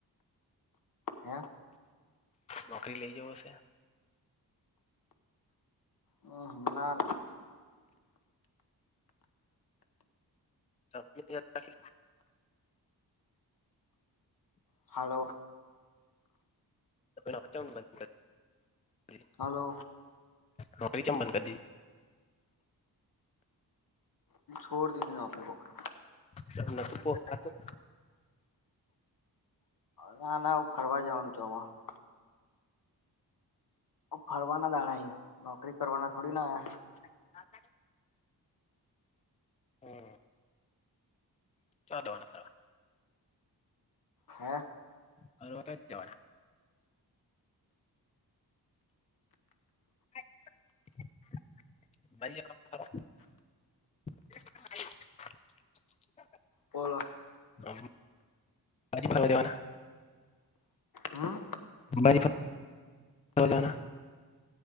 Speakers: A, on the left; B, on the left.
A: હે
B: નોકરી લઈ જવોશે.
A: હમ્મ હમ્મ ના ના
B: <unintelligible> કાલે
A: હલો.
B: નોકરી ચમ બંધ કરો દીધી
A: હાલો
B: નોકરી ચમ બંધ કરી દીધી.
A: છોડ દીધી નોકરી બોકરી
B: કેમ નતું પોહાતું.
A: ના ના હું ફરવા જવાનું ચોમાહામાં ફરવાના દાણા અહિયા નોકરી કરવાના થોડી ના આયા
B: <inaudible> હમ્મ. ચો જવાના ફરવા
A: હે
B: ફરવા તો જવાના નહી જવાના ફરવા? <inaudible> બાજરી
A: બોલો
B: ભરવા જવાના?
A: હમ્મ
B: અંબાજી ફરવા જવાના?